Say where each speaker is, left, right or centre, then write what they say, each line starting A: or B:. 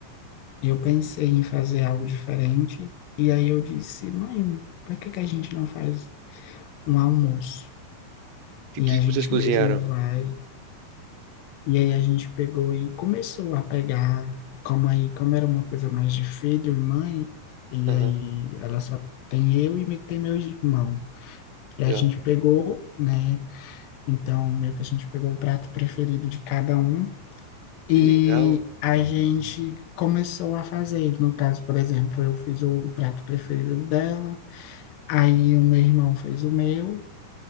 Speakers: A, on the left (about 80°); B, on the right (about 85°).
A: eu pensei em fazer algo diferente, e aí eu disse, mãe, por que que a gente não faz? um almoço.
B: E
A: E
B: o que
A: a
B: que
A: gente
B: vocês cozinharam?
A: mesmo vai. E aí a gente pegou e começou a pegar, como aí, como era uma coisa mais de filho e mãe, e
B: Aham,
A: aí ela só tem eu e me- tem meu irmão. E a
B: legal.
A: gente pegou, né? Então, meio que a gente pegou o prato preferido de cada um.
B: Que
A: E
B: legal,
A: a gente começou a fazer. No caso, por exemplo, eu fiz o prato preferido dela, aí o meu irmão fez o meu,